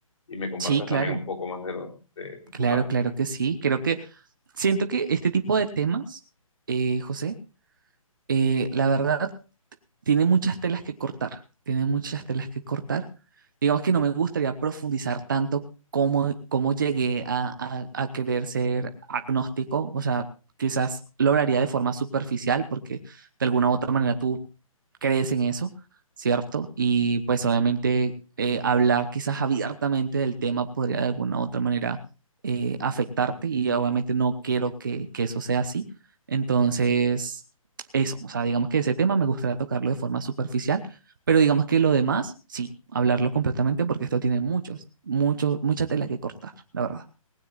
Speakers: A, on the left; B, on the right.
A: y me compartas
B: Sí, claro,
A: también un poco más de, lo, de de tu
B: claro,
A: parte.
B: claro que sí. Creo que siento que este tipo de temas, eh, José, eh, la verdad tiene muchas telas que cortar, tiene muchas telas que cortar. Digamos que no me gustaría profundizar tanto cómo, cómo llegué a, a, a querer ser agnóstico, o sea, quizás lo hablaría de forma superficial porque de alguna u otra manera tú crees en eso, ¿cierto? Y pues obviamente eh, hablar quizás abiertamente del tema podría de alguna u otra manera eh, afectarte y obviamente no quiero que, que eso sea así. Entonces, eso, o sea, digamos que ese tema me gustaría tocarlo de forma superficial, pero digamos que lo demás, sí, hablarlo completamente porque esto tiene muchos, mucho, mucha tela que cortar, la verdad.